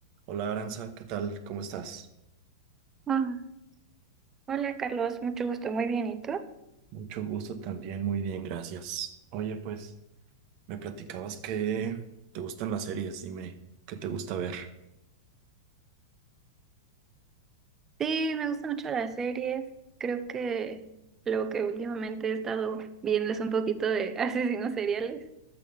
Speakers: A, on the right; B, on the right.
A: Hola Aranza, ¿qué tal? ¿Cómo estás?
B: Ah, hola Carlos, mucho gusto, muy bien. ¿Y tú?
A: Mucho gusto también, muy bien, gracias. Oye, pues, me platicabas que te gustan las series, dime, ¿qué te gusta ver?
B: Sí, me gustan mucho las series. Creo que lo que últimamente he estado viendo es un poquito de <laughs> asesinos seriales,